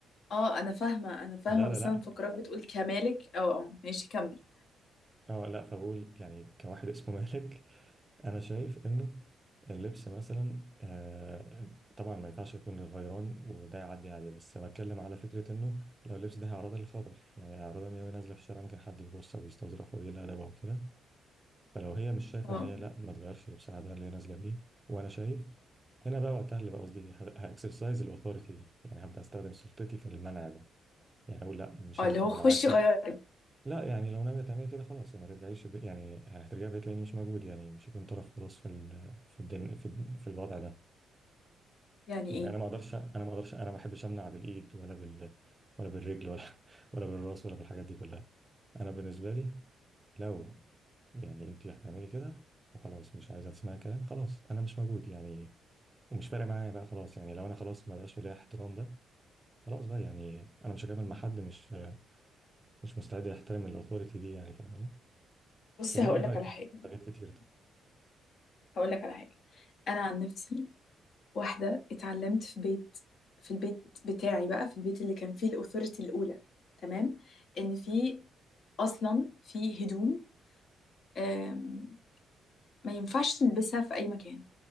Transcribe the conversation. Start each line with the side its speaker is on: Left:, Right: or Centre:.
Left: اه انا فاهمة انا فاهمة
Right: لا
Left: بس
Right: لا لا
Left: انا مفكراك بتقول كمالك اه اه ماشي كمل
Right: اه لا فبقول يعني كواحد اسمه <laughs> مالك انا شايف انه اللبس مثلا آه طبعا ما ينفعش يكون غيران وده يعدي عادي بس بتكلم على فكره انه لو اللبس ده هيعرضها للخطر يعني هيعرضها ان هي وهي نازله في الشارع ممكن حد يبص او يستظرف او يقل ادبها وكده فلو هي مش شايفه
Left: اه
Right: ان هي لا ما تغيرش لبسها ده اللي هي نازله بيه وانا شايف هنا بقى وقتها اللي بقى قصدي هاكسرسايز الاوثوريتي دي يعني هبدا استخدم سلطتي في المنع ده يعني اقول لا مش
Left: اه
Right: هينفع
Left: اللي هو خشي
Right: لو عايز تعمل
Left: غيري
Right: لا يعني لو ناوية تعملي كده خلاص يعني ما ترجعيش ب... يعني يعني هترجعي بقيت لاني مش موجود يعني مش هكون طرف خلاص في ال... في الدن... في, ال- في الوضع ده
Left: يعني
Right: يعني
Left: ايه
Right: انا ما اقدرش انا ما اقدرش انا ما بحبش امنع بالايد ولا بال ولا بالرجل ولا <laughs> ولا بالراس ولا بالحاجات دي كلها انا بالنسبة لي لو يعني انت هتعملي كده وخلاص مش عايزه تسمعي كلام خلاص انا مش موجود يعني ومش فارق معايا بقى خلاص يعني لو انا خلاص ما بقاش في ليا احترام ده خلاص بقى يعني انا مش هكمل مع حد مش مش مستعد يحترم الاوثوريتي دي يعني فاهماني
Left: بصي
Right: قولي
Left: هقول
Right: لي رايك
Left: لك على
Right: في
Left: حاجة
Right: حاجات كتير طيب
Left: <clears throat> هقول لك على حاجة أنا عن نفسي واحدة اتعلمت في بيت في البيت بتاعي بقى في البيت اللي كان فيه الأوثوريتي الأولى تمام إن في أصلا في هدوم آم، ما ينفعش نلبسها في أي مكان